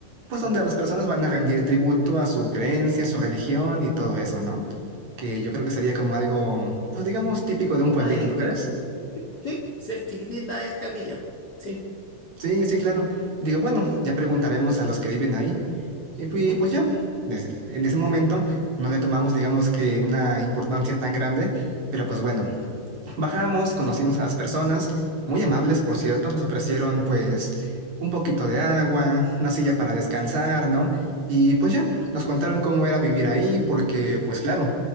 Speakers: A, on the right; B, on the left.
A: pues
B: ujú.
A: donde las personas van a rendir tributo a su creencia, a su religión y todo eso, ¿no? que yo creo que sería como algo, pues digamos,
B: Si
A: típico
B: es chiquitita
A: de un pueblito,
B: es
A: ¿no crees?
B: capilla. Sí, si es chiquitita es capilla. Sí.
A: Sí, sí, claro. Y digo, bueno, ya preguntaremos a los que viven ahí. Y pu-
B: ujú,
A: pues, ya, es- en ese momento no le tomamos, digamos, que una importancia tan grande, pero pues bueno, Bajamos, conocimos a las personas, muy amables, por cierto, nos ofrecieron pues un poquito de agua, una silla para descansar, ¿no? Y pues ya, nos contaron cómo era vivir ahí, porque pues claro,